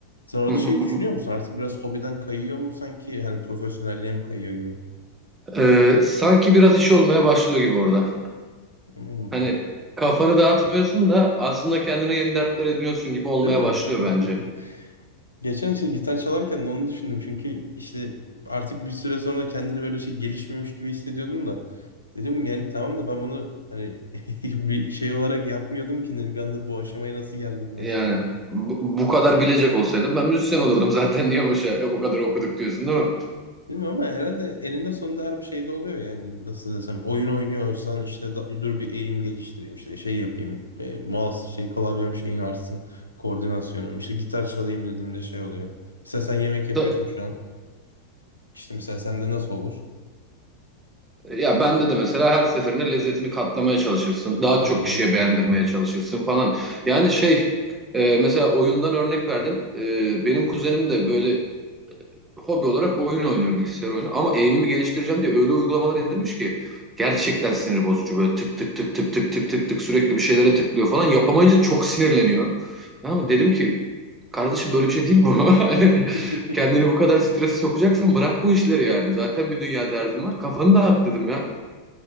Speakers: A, on the left (about 80°); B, on the right (about 15°).
A: Sen orada
B: <laughs>
A: şeyi düşünüyor musun? Artık biraz hobiden kayıyor mu sanki? Hani profesyonelliğe mi kayıyor gibi?
B: Ee, sanki biraz iş olmaya başlıyor gibi orada.
A: Anladın mı?
B: Hani kafanı dağıtmıyorsun da aslında kendine yeni dertler ediyorsun gibi olmaya
A: Değil mi?
B: başlıyor bence.
A: <laughs> Geçen işte gitar çalarken de onu düşündüm. Çünkü işte artık bir süre sonra kendini böyle şey gelişmemiş gibi hissediyordum da. Dedim yani tamam da ben bunu hani <laughs> bir şey olarak yapmıyordum ki bir anda bu aşamaya nasıl geldim mesela.
B: Yani
A: <laughs>
B: bu, bu kadar bilecek olsaydım ben müzisyen olurdum zaten <laughs> niye boşa e, bu kadar okuduk diyorsun değil mi?
A: Değil mi? Ama herhalde eninde sonunda her bir şeyde oluyor yani nasıl desem oyun oynuyorsan işte da- dur bir eğim geliştireyim işte şey yapayım e, mouse şey klavyem şeyin artsın koordinasyonum işte gitar çalayım dediğimde şey oluyor. Mesela sen yemek yapıyorsun
B: Da-
A: şu an işte mesela sende nasıl olur?
B: ya bende de mesela her seferinde lezzetini katlamaya çalışırsın. Daha
A: Ne mi
B: çok
A: ki bilmiyorum.
B: kişiye beğendirmeye çalışırsın falan. Yani şey e, mesela oyundan örnek verdin. E, benim kuzenim de böyle hobi olarak oyun oynuyor bilgisayar oyunu. Ama aim'imi geliştireceğim diye öyle uygulamalar indirmiş ki gerçekten sinir bozucu. Böyle tık tık tık tık tık tık tık tık sürekli bir şeylere tıklıyor falan. Yapamayınca çok sinirleniyor. Tamam mı? Dedim ki kardeşim böyle bir şey değil bu. <laughs> Hani
A: <laughs>
B: kendini bu kadar strese sokacaksan bırak bu işleri yani. Zaten bir dünya derdin var. Kafanı dağıt dedim ya.